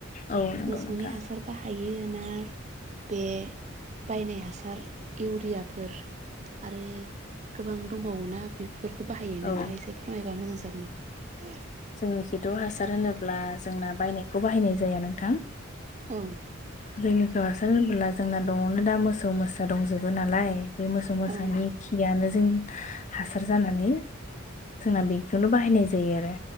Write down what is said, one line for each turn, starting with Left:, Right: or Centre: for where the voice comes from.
Left: औ नंगौ
Right: मोसौनि
Left: नोंथां
Right: हासार बाहायो ना बे बायनाय हासार इउरियाफोर आरो गोबां दंबावोना बे बेफोरखौ बाहायो नोंथाङा
Left: औ
Right: एसे फोरमायबा मोजां जागौमोन?
Left: जोंनि खिथ' हासार होनोब्ला जोंना बायनायखौ बाहायनाय जाया नोंथां।
Right: औ
Left: जोंनिखौ हासार होनबोला जोंना द'आवनो दा मोसौ मोसा दंजोब बो नालाय बे मोसौ मोसानि
Right: औ
Left: खियानो जों हासार जानानै जोंना बेखौनो बाहायनाय जायो आरो।